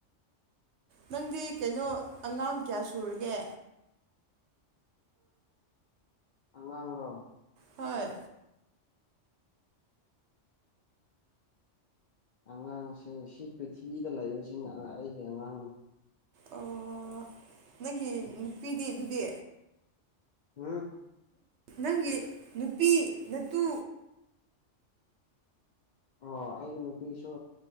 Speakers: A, on the right; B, on the left.
A: ꯅꯪꯗꯤ ꯀꯩꯅꯣ ꯑꯉꯥꯡ ꯀꯌꯥ ꯁꯨꯔꯒꯦ
B: ꯑꯉꯥꯡꯂꯣ
A: ꯍꯣꯏ
B: ꯑꯉꯥꯡꯁꯦ ꯁꯤ ꯄ꯭ꯔꯤꯊꯤꯕꯤꯗ ꯂꯩꯔꯤꯁꯤꯡ ꯑꯩꯒꯤ ꯑꯉꯥꯡꯅꯤ
A: ꯑꯣ ꯅꯪꯒꯤ ꯅꯨꯄꯤꯗꯤ ꯑꯗꯨꯗꯤ
B: ꯎꯝ
A: ꯅꯪꯒꯤ ꯅꯨꯄꯤ ꯅꯠꯇꯨ
B: ꯑꯣ ꯑꯩꯒꯤ ꯅꯨꯄꯤꯁꯨ